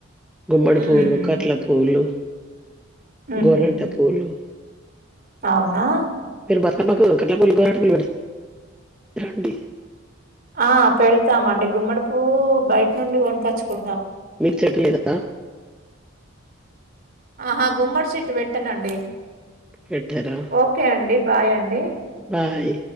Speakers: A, in the centre; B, on the right.
A: గుమ్మడి
B: హ్మ్.
A: పూలు కట్ల పూలు
B: హుహు.
A: గోరంట పూలు
B: అవునా
A: మీరు బతుకమ్మకు కట్ల పూలు గోరంట పూలు వెడ్ తారండి
B: ఆ పెడతామండి గుమ్మడి పూ బయట నుండి గొనకొచ్చుకుం
A: మీకు చెట్టు లేదా
B: ఆహా గుమ్మడి చెట్టు పెట్టనండి
A: పెట్టరా
B: ఓకే అండి. బాయ్ అండి
A: బాయ్